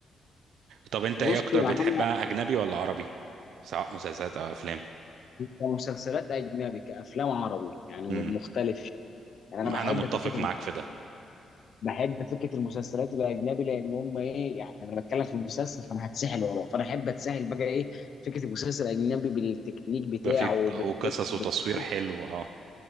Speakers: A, on the right; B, on the left.
A: طب انت
B: بص
A: ايه اكتر
B: يعني
A: بتحبها
B: انا
A: اجنبي ولا عربي سواء مسلسلات او افلام
B: كمسلسلات اجنبي كافلام عربي يعني
A: امم
B: مختلف يعني انا
A: انا
B: بحب
A: متفق
B: فكره الم...
A: معاك في ده
B: بحب فكره المسلسلات الاجنبي لان هم ايه يعني انا بتكلم في المسلسل فانا هتسحل وراه فانا احب اتسحل بقى ايه فكره المسلسل الاجنبي بالتكنيك بتاعه
A: بقى في ق-
B: بالقصه
A: وقصص
B: بالكل.
A: وتصوير حلو اه